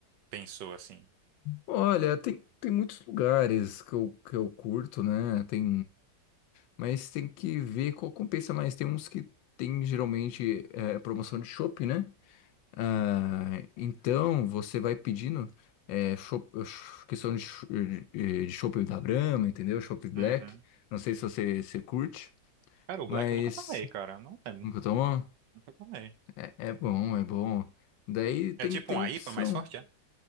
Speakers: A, on the right; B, on the left.
A: pensou, assim?
B: Olha, tem, tem muitos lugares que eu, que eu curto, né? Tem, mas tem que ver qual compensa mais. Tem uns que tem geralmente é, promoção de shopping, né? Ah, então você vai pedindo é, cho- ch- questão de, ch- eh, de chopp da Brahma, entendeu? Chopp Black.
A: Uhum.
B: Não sei se você, você curte,
A: Cara, o
B: mas
A: Black eu nunca tomei, cara. Eu Não lembro.
B: nunca tomou?
A: Nunca tomei.
B: É, é bom, é bom. Daí tem,
A: É tipo
B: tem
A: um
B: opção.
A: IPA mais forte, é?